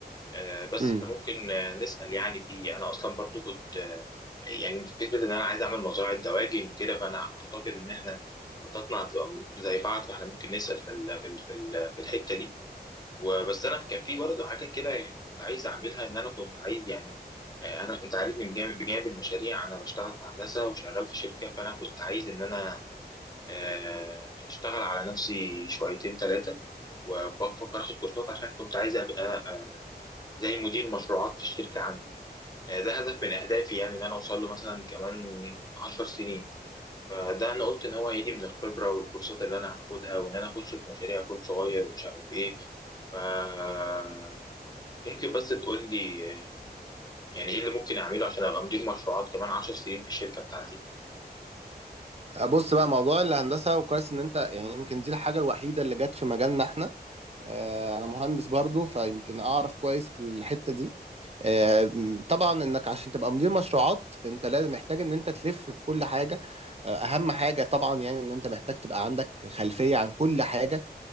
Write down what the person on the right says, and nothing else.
امم.
بص بقى موضوع الهندسة وكويس ان انت يعني يمكن دي الحاجة الوحيدة اللي جت في مجالنا احنا آه، انا مهندس برضو فيمكن اعرف كويس في الحتة دي آه، طبعا انك عشان تبقى مدير مشروعات انت لازم محتاج ان انت تلف في كل حاجة آه، اهم حاجة طبعا يعني ان انت محتاج تبقى عندك خلفية عن كل حاجة